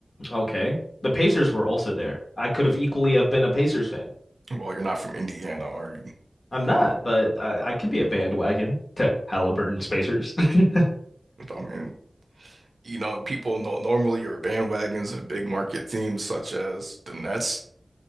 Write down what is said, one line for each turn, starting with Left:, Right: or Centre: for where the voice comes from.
Left: Okay. The Pacers were also there. I could have equally have been a Pacers fan.
Right: Well, you're not from Indiana, are you?
Left: I'm not, but I, I could be a bandwagon to Halliburton Spacers. <laughs>
Right: I mean, you know, people no normally are bandwagons of big market teams such as the Nets,